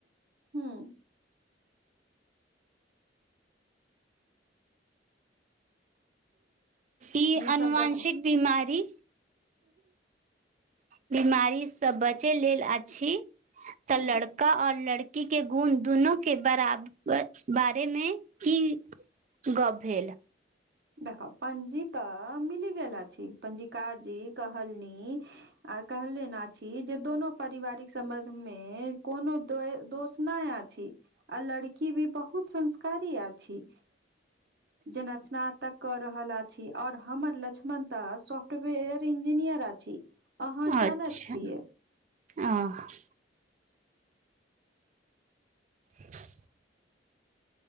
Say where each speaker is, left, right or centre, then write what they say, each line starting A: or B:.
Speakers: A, on the right; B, on the right.
A: हूँ
B: ई अनुवांशिक
A: सब देखो
B: बीमारी बीमारी से बचे लेल अछि तऽ
A: हूँ
B: लड़का और लड़ के गुण दुनो के बराब बारेमे की गप भेल
A: देख पंजी तऽ मिली गेल छी पंजीकार जी कहलनी आ कहलेन अछि जे दोनो पारिवारिक सम्बंध मे कोनो दोष नहि आ आ लड़की भी बहुत संस्कारी अछि छी जना स्नात त कऽ रहल अछि और हमर लक्ष्मणता सॉफ्टवेयर इंजीनियर अहाँ
B: अच्छा
A: जानैत छियै
B: आ <unintelligible> <inaudible>